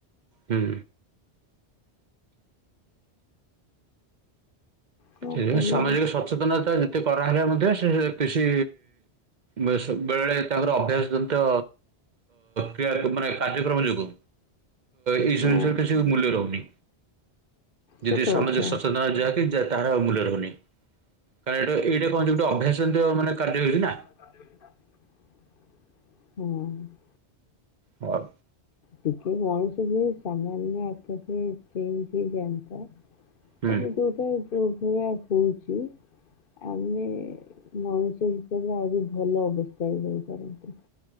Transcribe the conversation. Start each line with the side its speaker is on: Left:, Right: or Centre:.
Right: ହୁଁ।
Left: କଣ
Right: ସେ
Left: କହିବ
Right: ସାମାଜିକ ସଥ ସଚେତନତା ଯେତେ କରାହେଲେ ମଧ୍ୟ ସେ କିଛି ବେସ୍ ବେଳେବେଳେ ତାଙ୍କର ଅଭ୍ୟାସ ତ କ୍ରୟା ମାନେ କାର୍ଯ୍ୟକ୍ରମ ଯୋଗୁ ଏଇସବୁ
Left: ହଁ
Right: ଜିନିଷରେ କିଛି ମୂଲ୍ୟ ରହୁନି ଯଦି
Left: ସତ
Right: ସାମାଜିକ
Left: କଥା
Right: ସଚେତନ ଯାହାକି ତାହାର ଆଉ ମୂଲ୍ୟ ରହୁନିଁ କାରଣ ଏଇଟା ଏଇଟା କହନ୍ତି ଗୋଟେ ଅଭ୍ୟାସନ୍ତ ମାନେ କାର୍ଯ୍ୟ ହେଉଚିନା।
Left: ହୁଁ।
Right: ହଁ
Left: ଟିକେ ମଣିଷ ଯେଦି ସାମନ୍ୟ <unintelligible> ଚେଞ୍ଜ ହେଇଯନ୍ତା।
Right: ହୁଁ
Left: ତାପରେ ଯୋଉଟା ଯୋଉ ଭଳିୟଆ ହଉଚି ଆମେ ମଣିଷ ହିସାବରେ ଆହୁରି ଭଲ ଅବସ୍ଥାରେ ରହିପାରନ୍ତେ।